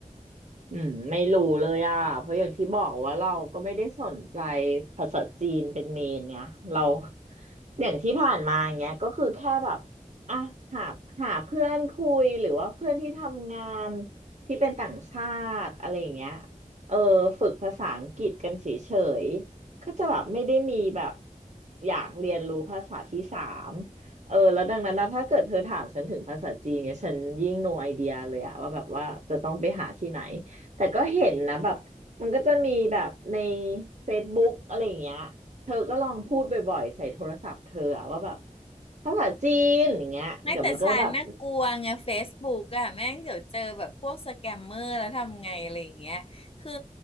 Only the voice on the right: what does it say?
อืมไม่รู้เลยอ่ะเพราะอย่างที่บอกว่าเราก็ไม่ได้สนใจภาษาจีนเป็นเมนไงเรา <laughs> อย่างที่ผ่านมาเงี้ยก็คือแค่แบบอ่ะหาหาเพื่อนคุยหรือว่าเพื่อนที่ทำงานที่เป็นต่างชาติอะไรอย่างเงี้ยเออฝึกภาษาอังกฤษกันเฉยๆก็จะแบบไม่ได้มีแบบอยากเรียนรู้ภาษาที่สามเออแล้วดังนั้นนะถ้าเกิดเธอถามฉันถึงภาษาจีนเนี่ยฉันยิ่ง no idea เลยอะว่าแบบว่าจะต้องไปหาที่ไหน แต่ก็เห็นนะแบบมันก็จะมีแบบในเฟซบุ๊กอะไรอย่างเงี้ยเธอก็ลองพูดบ่อยๆใส่โทรศัพท์เธออะว่าแบบภาษาจีนอย่างเงี้ยเดี๋ยวมันก็แบบ